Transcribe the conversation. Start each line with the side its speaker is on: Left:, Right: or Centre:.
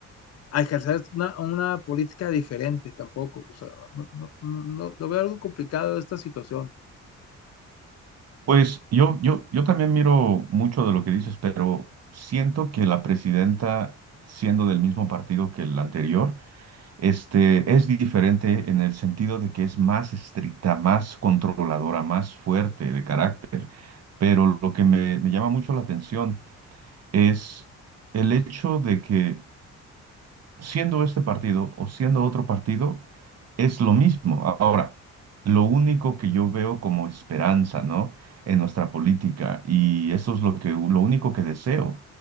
Left: a ejercer una, una política diferente tampoco. O sea, no, no, no, no- lo veo algo complicado esta situación.
Right: Pues yo, yo, yo también miro mucho de lo que dices, pero siento que la presidenta, siendo del mismo partido que el anterior, este, es diferente en el sentido de que es más estricta, más controladora, más fuerte de carácter. Pero lo que me, me llama mucho la atención es el hecho de que siendo este partido o siendo otro partido, es lo mismo. Ahora, lo único que yo veo como esperanza, ¿no? En nuestra política, y eso es lo que, lo único que deseo,